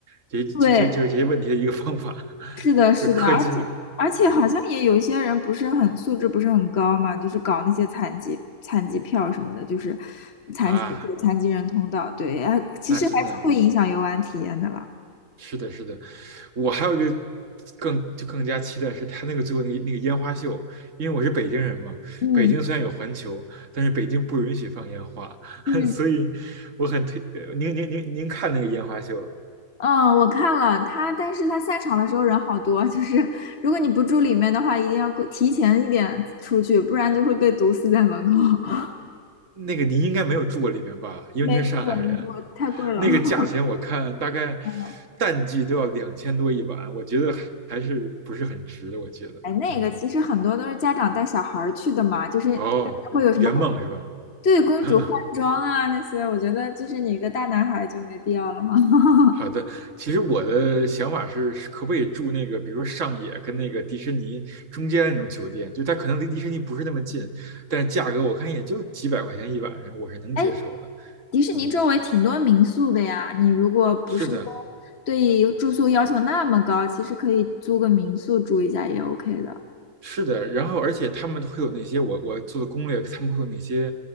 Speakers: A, on the right (about 65°); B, on the left (about 50°).
A: 这这这这这些问题的一个方法？
B: 对，
A: <laughs>
B: 是的，是的，
A: 就氪金，
B: 而且而且好像也有一些人不是很素质不是很高嘛，
A: 嗯
B: 就是搞那些残疾残疾票什么的，就是残疾残疾人通道，
A: 啊，
B: 对，哎，其实还是会影响游玩体验的啦。
A: 那真的是的，是的。我还有一个更就更加期待是他那个最后那个那个烟花秀，因为我是北京人嘛，
B: 嗯。
A: 北京虽然有环球，但是北京不允许放烟花，
B: 嗯
A: <laughs> 所以我很推呃您您您您看那个烟花秀了吗？
B: 嗯，我看了他，但是他散场的时候人好多，就是如果你不住里面的话，一定要过提前一点出去，不然就会被毒死在门口。<laughs>
A: 那个您应该没有住过里面吧？因为您是上海人，
B: 没错，没错，太贵了。
A: 那个价钱我看大概
B: <laughs> 嗯，
A: 淡季都要两千多一晚，我觉得还还是不是很值的。我觉得，
B: 哎，那个其实很多都是家长带小孩儿去的嘛，
A: 嗯，
B: 就是它里面会有什么公，
A: 哦，圆梦是吧？
B: 对，公主换装啊那些，
A: <laughs>
B: 我觉得就是你一个大男孩就没必要了嘛。<laughs>
A: 好的，其实我的想法是，是可不可以住那个，比如说上野跟那个迪士尼中间那种酒店，就它可能离迪士尼不是那么近，但价格我看也就几百块钱一晚上，我是能接受的。
B: 哎，迪士尼周围挺多民宿的呀，
A: 嗯，
B: 你如果不是说
A: 是的，
B: 对住宿要求那么高，其实可以租个民宿住一下也 OK 的。
A: 是的，然后而且他们会有那些我我做的攻略，他们会有那些